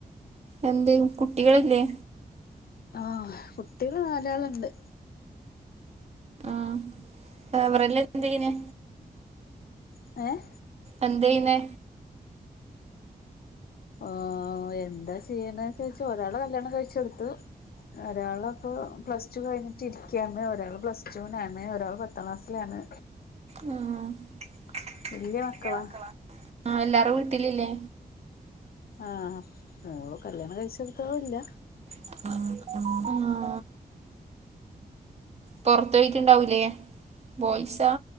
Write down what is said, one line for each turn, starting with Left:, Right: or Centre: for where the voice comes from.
Right: എന്ത് കുട്ടികളില്ലേ
Left: ആഹ് കുട്ടികള് നാലാളുണ്ട്
Right: ആഹ് അവറല്ല എന്തയിന്
Left: ഏഹ്
Right: അന്തേയിനെ
Left: ഓ എന്താ ചെയ്യണെ ചോയ്‌ച്ച ഒരാള് കല്യാണം കഴിചോട്ത്തു ഒരാള് പ്പോ പ്ലസ്റ്റു കഴിഞ്ഞിട്ട് ഇരിക്കാണ് ഒരാൾ പ്ലസ്റ്റൂലാണ് ഒരാൾ പത്താം ക്ലാസിലാണ്
Right: ഉം ആഹ്
Left: വല്യ മക്കളാ
Right: വല്ല്യ മക്കളാണ് എല്ലാരും വീട്ടിലില്ലേ
Left: ആഹ്‌ മോള് കല്യാണം കഴിച്ചകുട്ട്യാളില്ല
Right: ആഹ് ആഹ് ആഹ് പോർതോയ്‌റ്റ്ണ്ടാവുലെ ബോയ്സാ